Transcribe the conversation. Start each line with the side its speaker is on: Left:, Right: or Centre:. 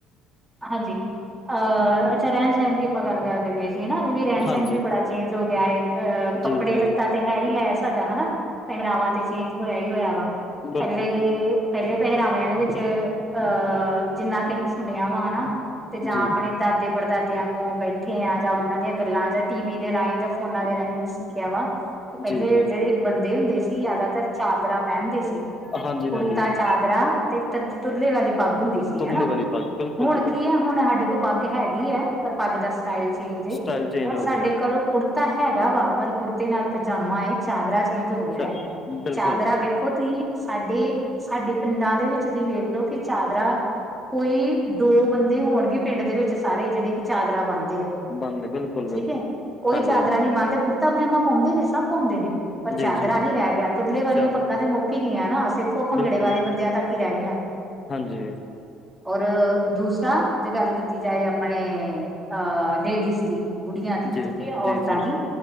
Centre: ਹਾਂਜੀ ਅਹ ਅੱਛਾ ਰਹਿਣ ਸਹਿਣ ਦੀ ਆਪਾਂ ਗੱਲ ਕਰਦੇ ਪ ਵੀ ਰਹਿਣ ਸਹਿਣ
Left: ਹਾਂਜੀ
Centre: ਵੀ ਬੜਾ ਚੇਂਜ ਹੋ ਗਿਆ ਹੈ ਅਹ ਕੱਪੜੇ
Left: ਜੀ ਜੀ
Centre: ਲੱਤਾ ਤੇ ਹੈ ਹੀ ਹੈ ਸਾਡਾ ਹਨਾ। ਪਹਿਰਾਵਾ ਤੇ ਚੇਂਜ ਹੋਇਆ ਹੀ ਹੋਇਆ ਵਾ
Left: ਬਿਲਕੁਲ
Centre: ਪਹਿਲੇ। ਪਹਿਲੇ ਪਹਿਰਾਵਿਆਂ ਦੇ ਵਿੱਚ ਅਹ ਜਿੰਨਾ ਅਹੀ ਸੁਣਿਆ ਵਾ ਹਨਾ। ਤੇ ਜਾਂ
Left: ਜੀ
Centre: ਆਪਣੇ ਦਾਦੇ। ਪੜਦਾਦਿਆਂ ਕੋਲ ਬੈਠੇ ਆ ਜਾਂ ਉਹਨਾਂ ਦੀਆਂ ਗੱਲਾਂ ਜਾਂ ਟੀ ਵੀ ਦੇ ਰਾਹੀਂ ਜਾਂ ਫੋਨਾ ਦੇ ਰਾਹੀਂ। ਕਿਆ ਵਾ ਤੇ ਪਹਿਲੇ
Left: ਜੀ ਜੀ
Centre: ਜਿਹੜੇ ਬੰਦੇ ਹੁੰਦੇ ਸੀ ਜ਼ਿਆਦਾ ਤਰ ਚਾਦਰਾ ਪਹਿਨਦੇ ਸੀ।
Left: ਹਾਂਜੀ
Centre: ਕੁੜਤਾ
Left: ਹਾਂਜੀ ਹਾਂਜੀ
Centre: ਚਾਦਰਾ ਤੇ ਤ ਤੁਰਲੇ ਵਾਲੀ ਪੱਗ ਹੁੰਦੀ ਸੀ।
Left: ਤੁਰਲੇ
Centre: ਹੇਣਾ
Left: ਵਾਲੀ ਪੱਗ ਬਿਲਕੁਲ
Centre: ਹੁਣ
Left: ਜੀ ਬਿਲਕੁਲ
Centre: ਕੀ ਹੈ ਹੁਣ ਸਾਡੇ ਕੋਲ। ਪੱਗ ਹੈਗੀ ਹੈ ਪਰ ਪੱਗ ਦਾ ਸਟਾਈਲ ਚੇਂਜ ਏ
Left: ਸਟਾਈਲ ਚੇਂਜ
Centre: ਹੁਣ
Left: ਹੋ
Centre: ਸਾਡੇ
Left: ਗਿਆ
Centre: ਕੋਲੋਂ ਕੁੜ ਤਾਂ ਹੈਗਾ ਵਾ ਪਰ ਕੁੜਤੇ ਨਾਲ ਪਜਾਮਾ ਏ ਚਾਦਰਾ ਚੇਂਜ ਹੋ
Left: ਅੱਛਾ
Centre: ਗਿਆ ਹੈ
Left: ਬਿਲਕੁਲ
Centre: ਚਾਦਰਾ ਵਿੱਚ ਦੇਖੋ ਤੁਸੀਂ ਸਾਡੇ ਸਾਡੇ ਪਿੰਡਾਂ ਦੇ ਵਿੱਚ ਤੁਸੀਂ ਵੇਖਲੋ ਕਿ ਚਾਦਰਾ ਕੋਈ ਦੋ ਬੰਦੇ ਹੋਣਗੇ ਪਿੰਡ ਦੇ ਵਿੱਚ ਸਾਰੇ ਜਿਹੜੇ ਕਿ ਚਾਦਰਾ ਬਣਦੇ ਆ।
Left: ਬੰਦ ਬਿਲਕੁਲ ਬਿਲਕੁਲ
Centre: ਠੀਕ ਹੈ ਕੋਈ
Left: ਹਾਂਜੀ
Centre: ਚਾਦਰਾ ਨੀ ਬਣਦਾ ਕੁੜਤਾ ਪਜਾਮਾ ਪਾਉਂਦੇ ਨੇ ਸਭ ਪਾਉਂਦੇ ਨੇ। ਪਰ ਚਾਦਰਾ
Left: ਜੀ ਜੀ ਜੀ
Centre: ਨਹੀਂ ਰਹਿ ਗਿਆ ਤੁਰੱਲੇ ਵਾਲੀਆਂ
Left: ਚ
Centre: ਪੱਗਾਂ ਤੇ ਮੁੱਕੀ ਗਈਆਂ ਨਾ ਸਿਰਫ ਉਹ ਭੰਗੜੇ
Left: ਬਿਲਕੁਲ
Centre: ਵਾਲੇ ਬੰਦਿਆਂ ਤੱਕ ਹੀ ਰਹਿ ਗਈਆਂ।
Left: ਹਾਂਜੀ।
Centre: ਔਰ ਦੂਸਰਾ ਜੇ ਗੱਲ ਕੀਤੀ ਜਾਏ ਆਪਣੇ ਅਹ ਲੇਡੀਜ਼ ਦੀ। ਬੁੜੀਆਂ ਦੀ
Left: ਜੀ
Centre: ਠੀਕ ਔਰਤਾਂ
Left: ਜੀ ਜੀ
Centre: ਦੀ